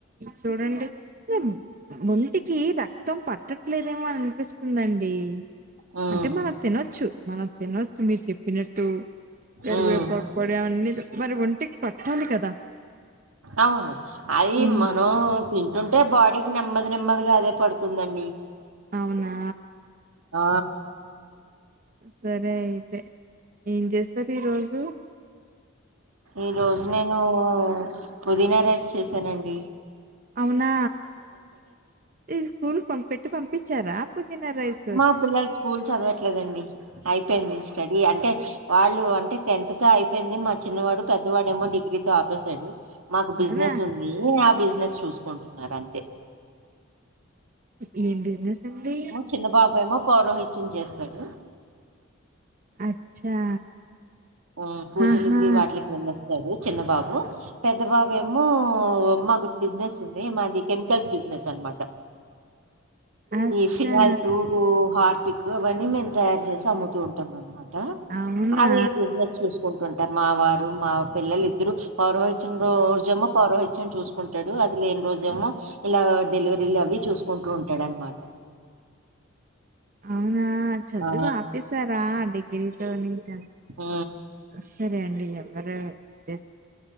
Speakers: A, on the right; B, on the right.
A: చూడండి మ్మ్ ఒంటికి రక్తం పట్టట్లేదేమో అని వినిపిస్తుందండి
B: హ్మ్.
A: అంటే మనం తినొచ్చు మన్ తినొచ్చు మీరు చెప్పినట్టు కరివేపాకు
B: హ్మ్.
A: ప్లాన్డ్దొ మరి ఒంటికి పట్టాలి కదా
B: అవును అయి
A: ఉమ్
B: మనమ్ తింటుంటే బాడీకి నెమ్మది నెమ్మదిగా అదే పడుతుందండి
A: అవునా
B: ఆ
A: సరే అయితే ఏం జెస్తరు ఈరోజు
B: ఈరోజు నేను పుదీనా రైస్ చేసానండి
A: అవునా ఈ స్కూల్ పం పెట్టి పంపించారా పుదీనా రైస్
B: మా పిల్లలు స్కూల్ చదవట్లేదండి అయిపోయింది స్టడీ అంటే వాళ్ళు అంటే టెన్త్తో అయిపోయింది మా చిన్నవాడు పెద్దవాడేమో డిగ్రీతో ఆపేశాడు మాకు
A: అవునా
B: బిజినెస్ ఉంది ఆ బిజినెస్ చూసుకుంటున్నారు అంతే
A: ఎం బిసినెస్నండి
B: చిన్నబాబేమో పౌరోహిత్యం చేస్తాడు
A: అచ్చా
B: హ్మ్ పూజలికి
A: ఆహా
B: వాట్లకి వెళ్ళొస్తా తడు చిన్న బాబు పెద్దబాబు ఏమో మాకు బిజినెస్ ఇదిమాది కెమికల్స్ బిజినెస్ అనమాట
A: అచ్చా
B: ఈ ఫినాల్స్ ఉ హార్పికు అవన్నీ మేము తయారు చేసి అమ్ముతూ ఉంటాం అనమాట
A: అవునా
B: అవి చూసుకుంటుంటారు మా వారు మా పిల్లలు ఇద్దరు పౌరోహిత్యం రోజమో పౌరహిత్యం చూసుకు కుంటాడు అది లేని రోజేమో ఇలా డెలివరీలు అవి చూసుకుంటూ ఉంటాడు అనమాట
A: అవునా చదువు
B: ఆ!
A: ఆపేశారా డిగ్రీతో నీక
B: ఊ
A: సరే అండి ఎవరు ఇదే